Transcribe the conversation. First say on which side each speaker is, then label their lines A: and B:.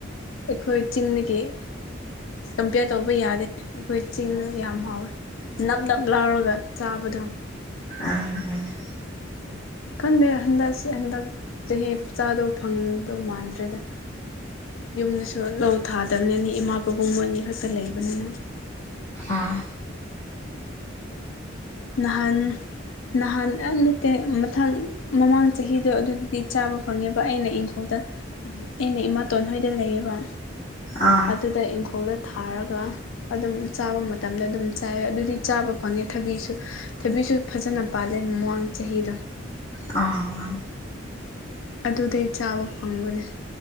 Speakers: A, on the left (about 80°); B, on the left (about 40°).
A: ꯑꯩꯈꯣꯏ ꯆꯤꯡꯗꯒꯤ ꯑꯁ ꯀꯝꯄꯤꯌꯔ ꯇꯧꯕ ꯌꯥꯗꯦ ꯑꯩꯈꯣꯏ ꯆꯤꯡꯗ ꯌꯥꯝ ꯍꯥꯎꯋꯦ ꯅꯞ ꯅꯞ ꯂꯥꯎꯔꯒ ꯆꯥꯕꯗꯣ
B: ꯑꯥ ꯑꯥ
A: ꯈꯟꯗꯦ ꯍꯟꯗꯛꯁꯦ ꯍꯟꯗꯛ ꯆꯍꯤ ꯆꯥꯗꯣ ꯐꯪꯗꯧ ꯃꯥꯟꯗ꯭ꯔꯦꯗ ꯌꯨꯝꯗꯁꯨ ꯂꯧ ꯊꯥꯗꯕꯅꯤꯅꯦ ꯏꯃꯥ ꯄꯥꯕꯨꯡ ꯃꯣꯏ ꯑꯅꯤ ꯈꯛꯇ ꯂꯩꯕꯅꯤꯅ
B: ꯑꯥ
A: ꯅꯍꯥꯟ ꯅꯍꯥꯟ ꯑꯦ ꯅꯠꯇꯦ ꯃꯊꯪ ꯃꯃꯥꯡ ꯆꯍꯤꯗꯣ ꯑꯗꯨꯗꯨꯗꯤ ꯆꯥꯕ ꯐꯪꯉꯦꯕ ꯑꯩꯅ ꯏꯪꯈꯣꯜꯗ ꯑꯩꯅ ꯏꯃꯥꯇꯣꯟꯍꯣꯏꯗ ꯂꯩꯌꯦꯕ
B: ꯑꯥ
A: ꯑꯗꯨꯗ ꯏꯪꯈꯣꯜꯗ ꯊꯥꯔꯒ ꯑꯗꯨꯝ ꯆꯥꯕ ꯃꯠ ꯃꯇꯝꯗ ꯑꯗꯨꯝ ꯆꯥꯏꯌꯦ ꯑꯗꯨꯗꯤ ꯆꯥꯕ ꯐꯪꯉꯦ ꯊꯕꯤꯁꯨ ꯊꯕꯤꯁꯨ ꯐꯖꯅ ꯄꯥꯜꯂꯦ ꯃꯃꯥꯡ ꯆꯍꯤꯗꯣ
B: ꯑ
A: ꯑꯗꯨꯗꯩ ꯆꯥꯕ ꯐꯪꯕꯅꯦ